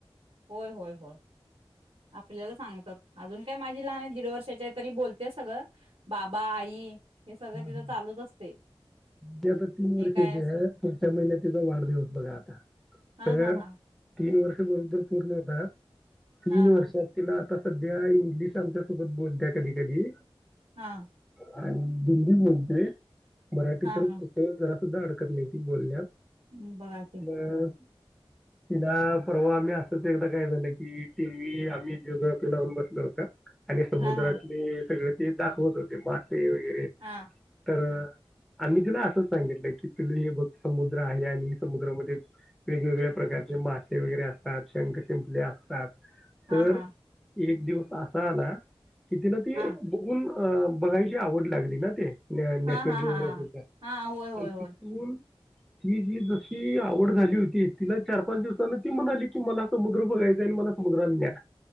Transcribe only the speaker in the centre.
हा हा
ती आता तीन वर्षाची
आहे पुढच्या महिन्यात तिचा वाढदिवस बघा आता
तर
तीन वर्ष बरोबर पूर्ण होतात. तीन
वर्षात तिला आता सध्या इंग्लिश आमच्या सोबत बोलत्या कधी कधी
आणि दिल्ली बोलते. मराठी
तर
कुठ जरा सुद्धा अडकत नाही ती बोलण्यात
मग तिला परवा आम्ही असंच एकदा काय झालं की, टी व्ही आम्ही जिओग्राफी लावून बसलो होतो आणि समुद्रातली
सगळ ते दाखवत होते मासे वगैरे,
तर आम्ही ती असंच सांगितलं की, पिल्लु हे बघ समुद्र आहे आणि समुद्रामध्ये वेगवेगळ्या प्रकारचे मासे वगैरे असतात शंख, शिंपले असतात
तर
एक दिवस असा आला कि ती न ते
बघुन, अ बघायची आवड लागली ना, ते नॅ नॅशनल
जिओग्राफीचा
आणि
तिथुन ती जी जशी आवड झाली होती, तिला चार पाच दिवसाांन ती म्हणाली कि, मला समुद्र बघायचा आणि मला समुद्रान न्या.